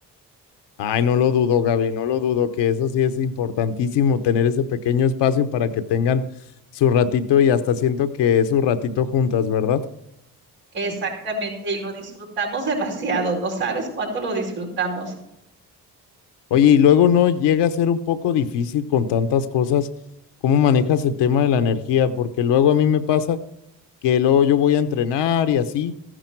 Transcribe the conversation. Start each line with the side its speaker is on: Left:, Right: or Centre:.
Left: Ay, no lo dudo, Gaby, no lo dudo, que eso sí es importantísimo, tener ese pequeño espacio para que tengan su ratito y hasta siento que es su ratito juntas, ¿verdad?
Right: Exactamente, y lo disfrutamos demasiado, no sabes cuánto lo disfrutamos.
Left: Oye, y luego no llega a ser un poco difícil con tantas cosas, ¿cómo manejas el tema de la energía? Porque luego a mí me pasa que luego yo voy a entrenar y así.